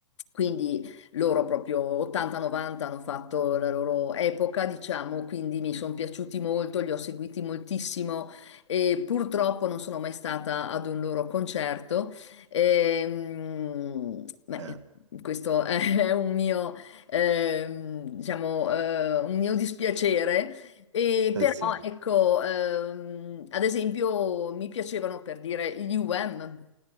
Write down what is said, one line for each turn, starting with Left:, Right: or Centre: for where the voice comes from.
Left: quindi loro proprio 80-90 hanno fatto la loro epoca, diciamo, quindi mi sono piaciuti molto, li ho seguiti moltissimo e purtroppo non sono mai stata ad un loro concerto. Ehm, beh,
Right: Eh,
Left: questo <laughs> è un mio, ehm, diciamo, eh, un mio dispiacere. E
Right: eh
Left: però
Right: sì.
Left: ecco, ehm, ad esempio mi piacevano per dire gli UM,